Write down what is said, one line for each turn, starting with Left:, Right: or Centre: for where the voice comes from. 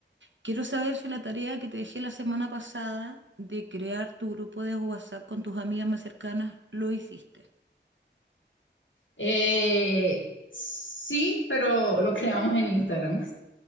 Right: Quiero saber si la tarea que te dejé la semana pasada de crear tu grupo de WhatsApp con tus amigas más cercanas lo hiciste.
Left: Eh, sí, pero lo creamos en Instagram,